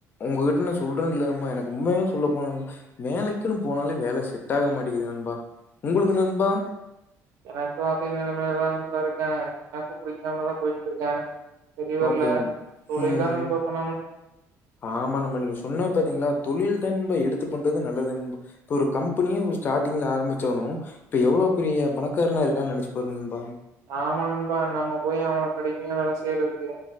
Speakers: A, on the left; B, on the right.
A: உங்ககிட்ட நா சொல்றேல்ல நண்பா எனக்கு உண்மையா சொல்லப்போனா நண்பா வேலைக்குன்னு போனாலே வேல செட் ஆக மாட்டேங்கிது நண்பா உங்களுக்கு நண்பா
B: எனக்கு அதே நெலைமையிலதா நண்பா இருக்கே எனக்கு புடிக்காமதா. போயிட்டு இருக்கே செரி வர்ல
A: ஓகே.
B: தொழில்தா
A: ம்.
B: நம்பா பண்ணணு
A: ஆமா நண்பா நீங்க சொன்னது பாத்தீங்ளா தொழில்தா நண்பா எடுத்து பண்றது நல்லது நண்பா இப்ப ஒரு கம்பெனியே ஒரு ஸ்டார்டிங்ல ஆரம்பிச்சோணு இப்ப எவ்ளோ பெரிய பணக்கார்னா இருக்கான்னு நெனைச்சி பாரு நண்பா
B: ஆமா நண்பா நம்ம போய் அவனுக்கு அடிமையா வேல செய்யறதுக்கு